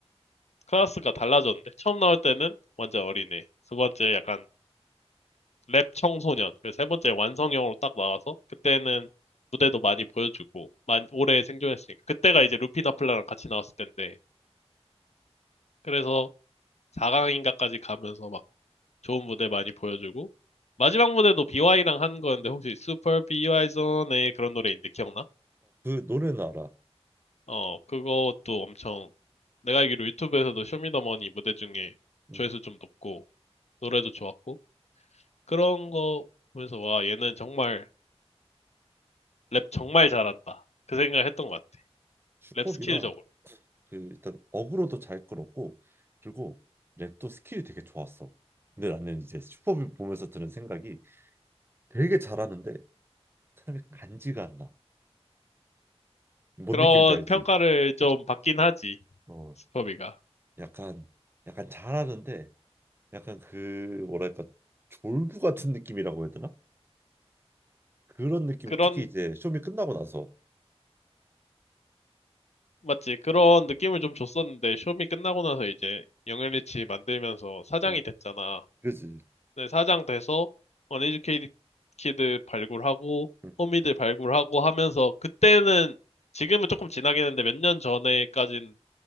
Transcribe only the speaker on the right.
노래는 알아
응
슈퍼비가
그 일단 어그로도 잘 끌었고 그리고 랩도 스킬이 되게 좋았어. 근데 나는 이제 슈퍼볼 보면서 드는 생각이 되게 잘하는데 사람이 간지가 안 나. 뭔
느낌인지 알지?
어,
약간 약간 잘하는데 약간 그 뭐랄까 졸부 같은 느낌이라고 해야 되나? 그런 느낌이
특히 이제 쇼미 끝나고 나서
응,
그지?
응,